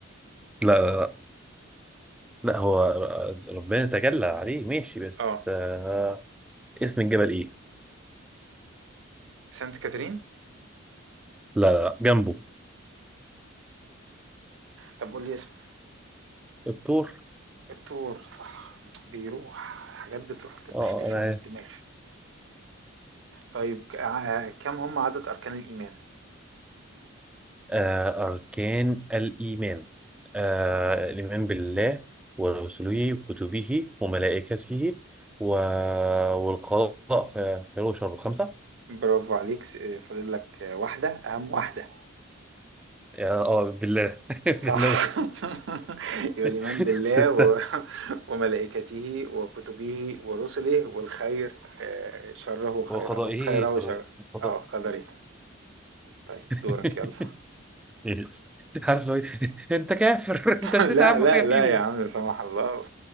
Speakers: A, in the centre; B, on the right.
A: لا لا لا لا هو ر- ربنا تجلى عليه ماشي بس
B: اه
A: آه، اسم الجبل إيه؟
B: سانت كاترين
A: لا لا لا، جنبه
B: طب قول لي اسمه
A: الطور
B: الطور صح بيروح حاجات بتروح كده بتختفي
A: اه انا
B: من الدماغ طيب ع- كم هم عدد أركان الإيمان
A: آه، أركان الإيمان آه، الإيمان بالله ورسله وكتبه وملائكته و... والقضاء خير وشر خمسة
B: برافو عليك س- فاضل لك واحدة أهم واحدة
A: آه آه، بالله <laughs> بالله
B: صح <laughs> يبقى
A: <laughs>
B: الإيمان بالله
A: ستة
B: و... وملائكته وكتبه ورسله والخير آه، شره خيره
A: وقضائه
B: خيره
A: خير
B: شره
A: قضاء
B: اه قدره طيب
A: <laughs>
B: دورك يلا
A: إيش؟ عارف لو إيه؟ أنت كافر
B: <laughs>
A: <laughs> أنت نسيت
B: لا
A: أهم
B: لا
A: حاجة فيهم
B: لا يا عم لا سمح الله